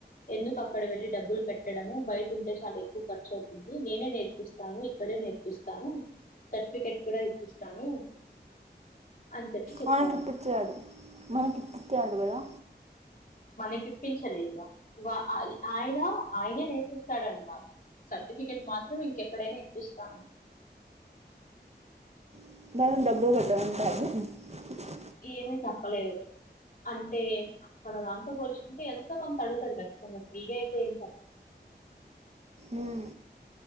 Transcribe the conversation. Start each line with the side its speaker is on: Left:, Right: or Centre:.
Left: ఎందుకు అక్కడ వెళ్ళ డబ్బులు పెట్టడము బయ్ ఉంటే చాల ఎక్కువ ఖర్చు అవుతుంది నేనే నేర్పిస్తాను ఇక్కడే నేర్పిస్తాను సర్టిఫికేట్ కూడ ఇప్పిస్తాను అని చెప్పి చెప్పారు
Right: మనకి ఇప్పించాడు మనకి తీటాడు కదా
Left: మనకి ఇప్పించలేదుగా ఆయన ఆయనే నేర్పిస్తాడంట సర్టిఫికెట్ మాత్రం ఇంకెక్కడైనా ఇప్పిస్తా అం
Right: <unintelligible>
Left: ఏమి చెప్పలేదు అంటే అక్కడ దాంతో పోల్చుకుంటే ఎంతో కొంత అడుగుతాడు త ఫ్రీగా అయితే ఏం సప్
Right: ఉమ్